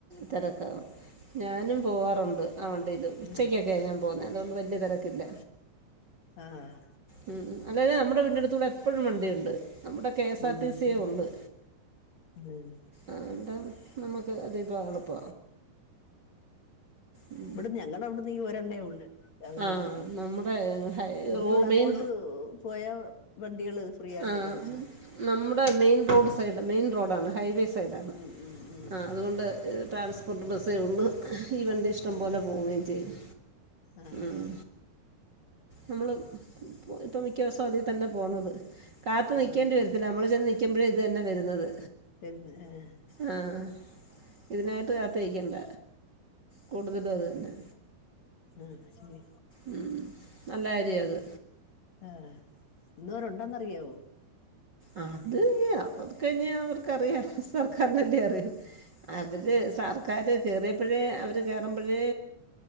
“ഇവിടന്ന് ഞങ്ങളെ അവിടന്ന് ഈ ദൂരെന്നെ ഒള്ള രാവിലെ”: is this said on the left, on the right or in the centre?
Left